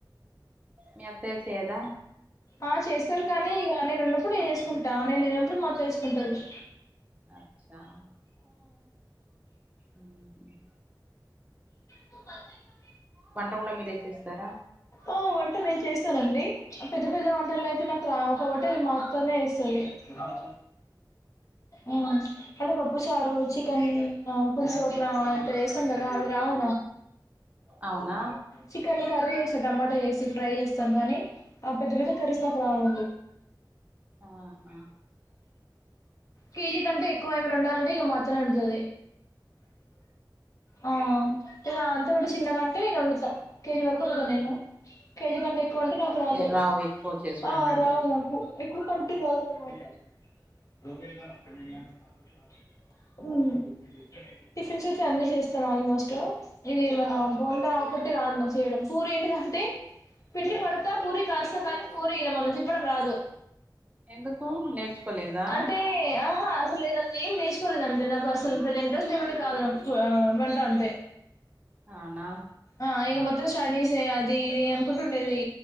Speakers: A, on the right; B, on the left.
A: మీ అత్తయ్య చేయదా
B: ఆ చేస్తారు కానీ ఇక నేను ఉన్నప్పుడు నేన్ చేేసుకుంటా నేను లేనప్పుడు మా చేసుకుంటాంది
A: అచ్చా ఉహ్మ్
B: కు పే <unintelligible>
A: వంట కూడా మీరే చేస్తారా
B: ఆ వంట నేను చేస్తానండి పెద్ద పెద్ద వంటలు అయితే నాకు రావు కాబట్టి అది మ ఆత్తనే చెయ్యాలి ఉ అంటే పప్పు చారు చికెన్ పులుషోట్ల అంత చేస్తాం కదా అవి రావు
A: అవునా
B: చికెన్ కర్రీ వేస్తా టమాటా వేసి ఫ్రై చేస్తాం కానీ ఆ పెద్ద పెద్ద కర్రీస్ నాకు రావు
A: ఆహా
B: కేజీ కంటే ఎక్కువ ఏమినా ఉండాలంటే ఇక మా అత్తనే వండుతాది ఆ ఇ అంతకంటే చిన్నగా అంటే నేను వండుతా కేజీ వరకు వండుతా నేను కేజీ కంటే ఎక్కువ అంటే నాకు రాదు
A: రావు ఎక్కువ చేసుడు
B: ఆ
A: అన్నట్టు
B: రావు ఉప్పు ఎక్కువ కంటూ రాదున్నమాట <unintelligible> టిఫిన్స్ అయితే అన్నీ చేస్తాను ఆల్మోస్ట్ ఇది మనం బొండా ఒకట్టి రాదు చేయడం పూరి ఏంటిదంటే పిండి పడతా పూరి కాస్తే కానీ పూరి ఈయన మన తిప్పడం రాదు
A: ఎందుకు నేర్చుకోలేదా
B: అంటే ఆహా అసలు లేదు అది ఏం నేచుకోలేదంటే నాకు అసలు ప్రజెంట్ రోజులు ఏమంటే కాదు నా వంట అంటే
A: అవునా
B: ఆ ఇక మొత్తం స్టడీస్ అది ఇది అనుకుంటుండేది